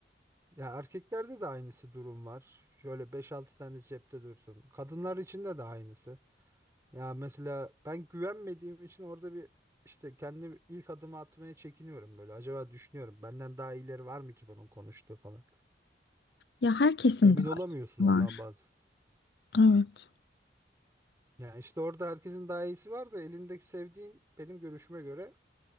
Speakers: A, on the right (about 15°); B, on the left (about 70°).
A: Ya erkeklerde de aynısı durum var. Şöyle beş altı tane cepte dursun. Kadınlar için de de aynısı. Ya mesela ben güvenmediğim için orada bir işte kendi ilk adımı atmaya çekiniyorum böyle. Acaba düşünüyorum benden daha iyileri var mı ki bunun konuştuğu falan.
B: Ya herkesin
A: Emin
B: daha
A: olamıyorsun ondan
B: var.
A: bazı.
B: Evet.
A: Ya işte orada herkesin daha iyisi var da elindeki sevdiğin benim görüşüme göre